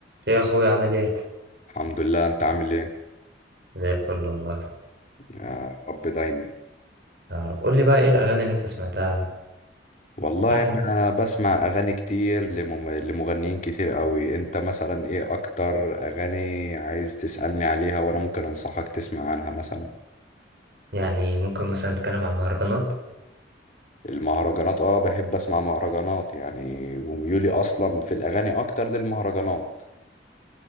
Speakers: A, on the right; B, on the left.
A: يا اخويا عامل ايه
B: الحمد لله انت عامل ايه
A: زي الفل والله
B: يا رب دايما
A: يا رب قول لي بقى ايه الاغاني اللي انت سمعتها
B: والله
A: اخر
B: انا بسمع اغاني كتير لمم... لمغنيين كتير قوي انت مثلا ايه اكتر اغاني عايز تسألني عليها وانا ممكن انصحك تسمع عنها مثلا
A: يعني ممكن مثلا نتكلم عن المهرجانات
B: المهرجانات اه بحب اسمع مهرجانات يعني وميولي اصلا في الاغاني اكتر للمهرجانات